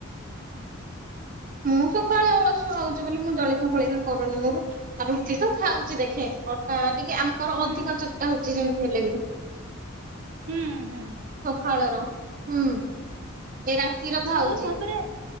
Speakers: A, on the right; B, on the right.
A: ମୁଁ ସକାଳେ ଅଳସୁଆ ହଉଛି ବୋଲି ମୁଁ ଜଳଖିଆ ଫଳଖିଆ କରୁନି ମୁଁ ର ରୁଟି ତ ଥାଉଚି ଦେଖେ ଅଟା ଟିକେ ଆମର
B: ହୁଁ
A: ଅଧିକ ଚଟା ହଉଚି ଯେମିତି ହେଲ ବି
B: ହୁଁ ହୁଁ।
A: ଖାଳର ହୁଁ। ଏ ରାତିର
B: ଭାବିଲ
A: ଖାଉଛି।
B: ତାପରେ